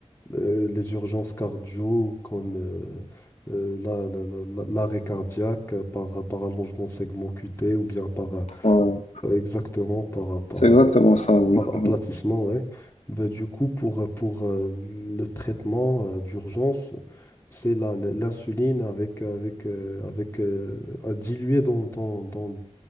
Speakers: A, on the left; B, on the left.
A: euh, les urgences cardio comme euh, euh, la- la- la- la- l'arrêt cardiaque euh, par, par allongement de segment cuté ou bien par, euh,
B: Ouais.
A: exactement par, par
B: C'est exactement ça, oui,
A: par aplatissement,
B: oui.
A: ouais. Bah, du coup, pour, pour euh, le traitement euh, d'urgence, c'est la- la- l'insuline avec, avec, euh, avec euh, à diluer dans, dans, dans